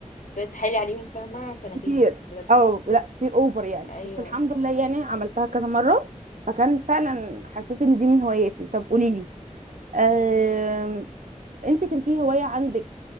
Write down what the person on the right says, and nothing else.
كتير
اه لا كتير اوفر يعني
بس الحمد لله يعني عملتها كذا مره فكان فعلا حسيت ان دي من هواياتي طب قولي لي آم،
انت كان في هوايه عندك